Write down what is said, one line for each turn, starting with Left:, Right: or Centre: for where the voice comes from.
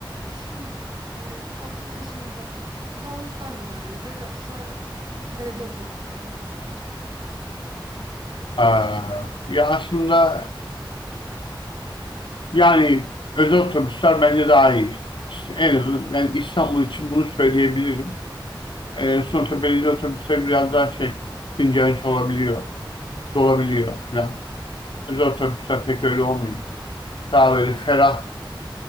Right: E, şimdi, eee, toplu taşımada dolmuşlar mı daha iyidir yoksa belediye otobüsleri mi?
Left: Aa, ya aslında yani özel otobüsler bence daha iyi. İşte en azından ben İstanbul için bunu söyleyebilirim. Ee, sonuçta belediye otobüsleri biraz daha şey ince olabiliyor, dolabiliyor falan. Özel otobüsler pek öyle olmuyor. Daha böyle ferah